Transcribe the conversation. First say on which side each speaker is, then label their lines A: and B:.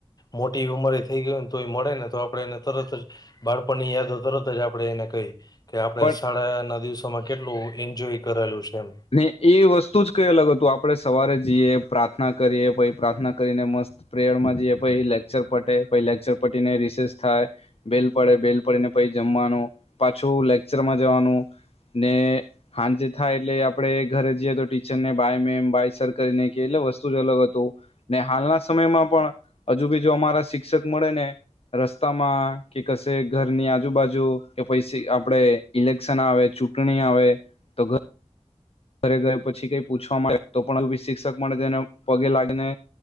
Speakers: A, on the left; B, on the left.
A: મોટી ઉંમરેય થેઈ ગય ને, તોય મળે ને તો આપડે એને તરત જ બાળપણ ની યાદો તરત જ આપણે એને કઈ કે, આપણે
B: પણ
A: શાળાના દિવસોમાં કેટલું ઈન્જોય કરેલું છે એમ.
B: ને એ વસ્તુ જ કઈ અલગ હતું, આપણે સવારે જીએ, પ્રાર્થના કરીએ, પછી પ્રાર્થના કરીને મસ્ત પ્રેયરમાં જીએ પહી લેક્ચર પતે પહી લેક્ચર પતીને રિશેસ થાય. બેલ પડે બેલ પડીને પછ જમવાનું પાછું લેકચરમાં જવાનું ને હાંજ થાય એટલે આપણે ઘરે જઈએ તો ટીચર ને બાય મેમ બાય સર કરીને કે એટલે વસ્તુ જ અલગ હતું ને હાલના સમયમાં પણ અજુ બી જો અમારા શિક્ષક મળે ને રસ્તામાં કે કશે ઘરની આજુબાજુ કે પૈસી આપડે ઇલેક્શન આવે, ચૂંટણી આવે, તો ઘ ઘરે ગય પછી કઈ પૂછવામાં આવે તો પણ શિક્ષક મળે તેને પગે લાગીને